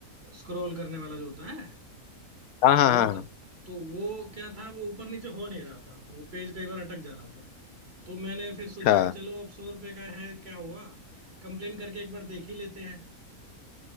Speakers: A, on the right (about 45°); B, on the left (about 75°).
A: स्क्रॉल करने वाला जो होता है
B: हाँ हाँ
A: वो
B: हाँ
A: त,
B: हाँ,
A: तो वो क्या था वो ऊपर नीचे हो नहीं रहा था वो पेज कई बार अटक जा रहा था तो मैंने फिर
B: अच्छा
A: सोचा कि चलो अब सौ रुपये का है क्या हुआ कंप्लेन करके एक बार देख ही लेते हैं